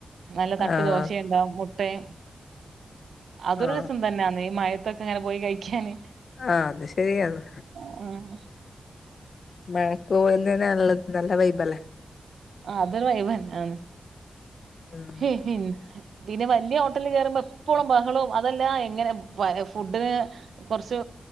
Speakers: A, on the right; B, on the left.
A: നല്ല
B: ആഹ്
A: <unintelligible> ദോശയുണ്ടാവും മുട്ടേം അതൊര്
B: ആഹ്
A: രസം തന്നെയാണ് ഈ മഴേത്തൊക്കെ അങ്ങനെ പോയി കഴിക്കാന്
B: ആഹ് അത് ശെരിയാണ്
A: ഉം
B: മഴക്ക് പോവുന്നത് നള്ള നല്ല വൈബ് അല്ലേ
A: അഹ് അതൊരു വയബ് തന്നാണ്
B: ഉം
A: <unintelligible> പിന്നെ വലിയ ഹോട്ടലിൽ കേയറുമ്പോ എപ്പോഴും ബഹളവും അതെല്ലാ എങ്ങനെ ഫുഡിന് കുറച്ച്